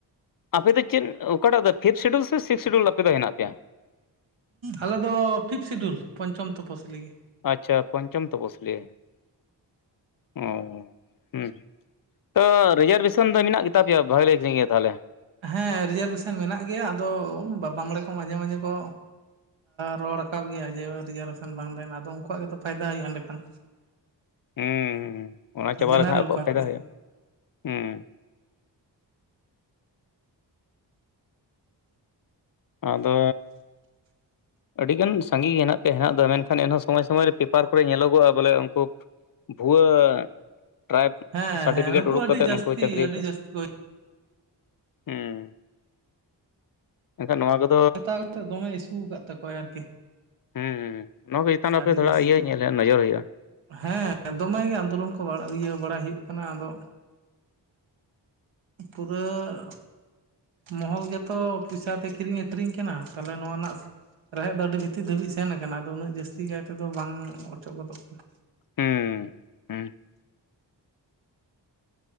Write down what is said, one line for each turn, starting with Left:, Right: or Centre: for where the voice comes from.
Left: ᱟᱯᱮᱫ ᱫᱚ ᱪᱮᱫ ᱚᱠᱟᱴᱟᱜ ᱫᱚ ᱯᱷᱤᱯᱛᱷ ᱥᱤᱰᱩᱞ ᱥᱮ ᱥᱤᱠᱥ ᱥᱤᱰᱩᱞ ᱟᱯᱮ ᱫᱚ ᱦᱮᱱᱟᱜ ᱯᱮᱭᱟ
Right: ᱟᱞᱮ ᱫᱚ ᱯᱷᱤᱯᱛᱷ ᱥᱤᱰᱩᱞ ᱯᱚᱧᱪᱷᱚᱢ ᱛᱚᱯᱚᱥᱤᱞᱤ ᱜᱮ
Left: ᱟᱪᱪᱷᱟ ᱯᱚᱧᱪᱚᱢ ᱛᱚᱯᱚᱥᱤᱞᱤ ᱚ ᱦᱮᱸ ᱛᱚ ᱨᱤᱡᱟᱨᱵᱷᱮᱥᱚᱱ ᱫᱚ ᱢᱮᱱᱟᱜ ᱜᱮᱛᱟ ᱯᱮᱭᱟ ᱵᱷᱟᱜᱤ ᱤᱟᱦᱤᱡ ᱜᱮ ᱛᱟᱦᱚᱞᱮ
Right: ᱦᱮᱸ ᱨᱤᱡᱟᱨᱵᱷᱮᱥᱮᱱ ᱢᱮᱱᱟᱜ ᱜᱮᱭᱟ ᱟᱫᱚ ᱵᱟ ᱵᱟᱢᱚᱬᱮ ᱠᱚ ᱢᱟᱡᱷᱮᱼᱢᱟᱡᱷᱮ ᱠᱚ ᱨᱚᱲ ᱨᱟᱠᱟᱵ ᱜᱮᱭᱟ ᱡᱮ ᱨᱤᱡᱟᱨᱵᱷᱮᱥᱚᱱ ᱵᱟᱝ ᱛᱟᱦᱮᱱᱟ ᱟᱫᱚ ᱩᱱᱠᱩᱣᱟᱜ ᱜᱮᱛᱚ ᱯᱷᱟᱭᱫᱟ ᱦᱩᱭᱩᱜᱼᱟ ᱮᱸᱰᱮᱠᱷᱟᱱ
Left: ᱦᱩᱸ ᱚᱱᱟ ᱪᱟᱵᱟ
Right: ᱡᱮᱱᱟᱨᱮᱞ
Left: ᱞᱮᱠᱷᱟᱱ ᱟᱠᱚᱣᱟᱜ
Right: ᱠᱚ
Left: ᱯᱷᱟᱭᱫᱟ
Right: ᱟᱨᱠᱤ
Left: ᱦᱩᱭᱩᱜᱼᱟ ᱦᱩᱸ ᱟᱫᱚ ᱟ. ᱰᱤᱜᱟᱱ ᱥᱟᱸᱜᱤ ᱜᱮ ᱦᱮᱱᱟᱜ ᱯᱮᱭᱟ ᱦᱮᱱᱟᱜᱫᱚ ᱢᱮᱱᱠᱷᱟᱱ ᱮᱱᱦᱚᱸ ᱥᱚᱢᱚᱭ ᱥᱚᱢᱚᱭ ᱨᱮ ᱯᱮᱯᱟᱨ ᱠᱚᱨᱮ ᱧᱮᱞᱚᱜᱚᱜᱼᱟ ᱵᱚᱞᱮ ᱩᱱᱠᱩ ᱵᱷᱩᱣᱟᱹ ᱴᱨᱟᱭᱤᱵᱽ
Right: ᱦᱮᱸ
Left: ᱥᱟᱴᱤᱯᱤᱠᱮᱴ
Right: ᱦᱮᱸ ᱱᱩᱠᱩ
Left: ᱩᱰᱩᱠ
Right: ᱟᱹᱰᱤ
Left: ᱠᱟᱛᱮᱫ
Right: ᱡᱟᱹᱥᱛᱤ
Left: ᱱᱩᱠᱩ ᱪᱟ. ᱠᱨᱤᱭᱟᱠᱩ᱾
Right: ᱟᱹᱰᱤ ᱡᱟᱹᱥᱛᱤ ᱠᱚ
Left: ᱦᱮᱸ ᱮᱱᱠᱷᱟᱱ ᱱᱚᱣᱟ ᱫᱚ
Right: ᱦᱟᱛᱟᱣ ᱠᱟᱛᱮᱫ ᱫᱚᱢᱮ ᱤᱥᱩ ᱠᱟᱫ ᱛᱟᱠᱚᱣᱟᱭ ᱟᱨᱠᱤ
Left: ᱦᱩ ᱱᱚᱣᱟ ᱠᱚ
Right: ᱦᱮᱸ
Left: ᱪᱮᱛᱟᱱ ᱟᱯᱮ
Right: ᱟᱹᱰᱤ
Left: ᱛᱷᱚᱲᱟ
Right: ᱡᱟᱹᱥ
Left: ᱤᱭᱟᱹ ᱧᱮᱞ ᱤᱭᱟᱹ ᱱᱚᱡᱚᱨ ᱦᱩᱭᱩᱜᱼᱟ
Right: ᱦᱮᱸ ᱫᱚᱢᱮ ᱜᱮ ᱟᱱᱫᱳᱞᱚᱱ ᱠᱚ ᱤᱭᱟᱹ ᱵᱟᱲᱟᱭ ᱦᱩᱭᱩᱜ ᱠᱟᱱᱟ ᱟᱫᱚ ᱯᱩᱨᱟᱹ ᱢᱚᱦᱚᱞ ᱜᱮᱛᱚ ᱯᱚᱭᱥᱟᱛᱮ ᱠᱤᱨᱤᱧ ᱟᱹᱠᱷᱨᱤᱧ ᱠᱟᱱᱟ ᱛᱟᱦᱚᱞᱮ ᱱᱚᱣᱟ ᱨᱮᱱᱟᱜ ᱨᱮᱦᱮᱫ ᱫᱚ ᱟᱹᱰᱤ ᱵᱷᱤᱛᱤᱨ ᱫᱷᱟᱹᱵᱤᱡ ᱥᱮᱱ ᱟᱠᱟᱱᱟ ᱟᱫᱚ ᱩᱱᱟᱹᱜ ᱡᱟᱹᱥᱛᱤ ᱠᱟᱭ ᱛᱮᱫᱚ ᱵᱟᱝ ᱚᱪᱚᱜ ᱜᱚᱫᱚᱜ ᱠᱟᱱᱟ
Left: ᱦᱩᱸ ᱦᱩᱸ